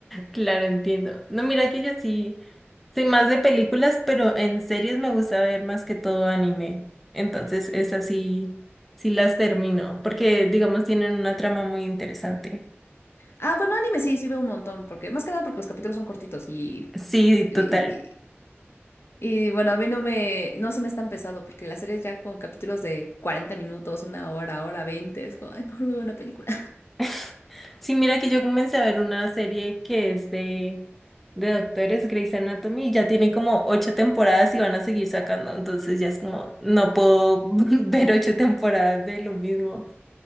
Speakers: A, in the centre; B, on the left.
A: claro, entiendo. No, mira que yo sí soy más de películas, pero en series me gusta ver más que todo anime. Entonces, esas sí, sí las termino, porque digamos tienen una trama muy interesante.
B: Ah, bueno, anime sí, sí veo un montón, porque más que nada porque los capítulos son cortitos y,
A: Sí, total.
B: y, y- y, bueno, a mí no me, no se me es tan pesado, porque las series ya con capítulos de 40 minutos, una hora, hora 20 es como, ay, mejor me veo una película.
A: <laughs> Sí, mira que yo comencé a ver una serie que es de, de doctores, Grey's Anatomy, y ya tiene como ocho temporadas y van a seguir sacando, entonces ya es como, no puedo <laughs> ver ocho temporadas de lo mismo.